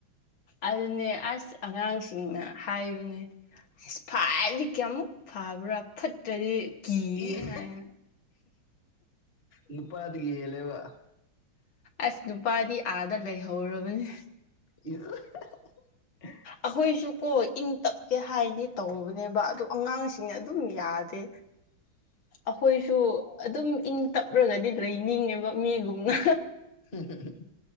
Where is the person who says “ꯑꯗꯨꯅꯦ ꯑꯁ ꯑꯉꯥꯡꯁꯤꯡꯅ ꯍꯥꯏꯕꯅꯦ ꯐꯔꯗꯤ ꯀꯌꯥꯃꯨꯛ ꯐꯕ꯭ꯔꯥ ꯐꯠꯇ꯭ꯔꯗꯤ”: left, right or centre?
Left